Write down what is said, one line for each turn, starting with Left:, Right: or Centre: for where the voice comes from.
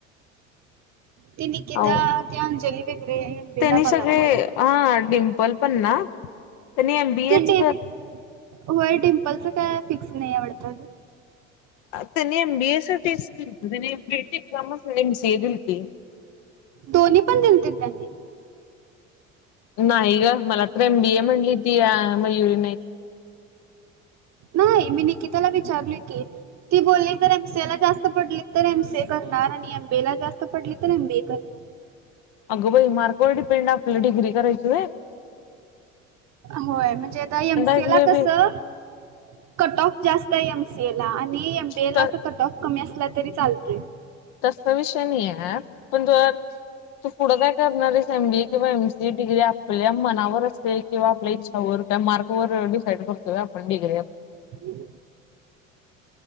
Right: ती निकिता
Left: ओ व
Right: ती अंजली वगैरे एमबीए
Left: त्यांनी
Right: ला बघायला
Left: सगळे हा डिम्पल पण ना त्यांनी एमबीएच
Right: ते डेबी होय डिम्पलच काय फिक्स नाही आवडत
Left: त्यांनी एमबीए साठीच दिलत त्यांनी ए म पिये साठी एक्झाम च मसरल रिल्फी
Right: दोन्ही पण दिलते त्यांनी
Left: नाही ग मला तर एम बी ए म्हणली ती या मयुरी नाही
Right: नाही मी निकिताला विचारली की ती बोलली तर एमसला जास्त पडली तर एम स करणार आणि एम बी ला जास्त पडली तर एम बी करणार.
Left: अगो बाई मार्कोळ पेंड आपला डिग्री करायची होय
Right: होय म्हणजे आता एमसी
Left: ऐकलोय
Right: ला कसं कट ऑफ जास्त आहे एमसीए ला आणि एमबीए
Left: बाई.
Right: ला तर कट ऑफ कमी असला तरी चालतय
Left: तसा विषय नाही आहे पण तुला तू पुढं काय करणार आहेस एम बी किंवा एमसी डिग्री आपल्या मनावर असेल किंवा आपल्या इच्छा व का मार्क ववर डिसाईड करतोय आपण डिग्री आपण
Right: हम्